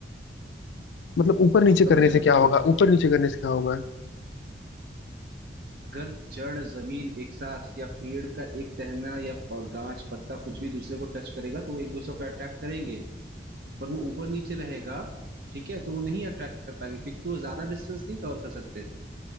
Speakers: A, on the left (about 80°); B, on the right (about 55°).
A: मतलब ऊपर नीचे
B: समझ
A: करने से
B: रहे हो
A: क्या होगा ऊपर नीचे करने से क्या होगा
B: अगर जड़ जमीन एक साथ या पेड़ का एक टहना या प- गांच पत्ता कुछ भी दूसरे को टच करेगा तो वो एक दूसरे को अट्रैक्ट करेंगे पर वो ऊपर नीचे रहेगा ठीक है तो वो नहीं अट्रैक्ट कर पाएंगे क्योंकि वो ज्यादा डिस्टेंस नहीं कवर कर सकते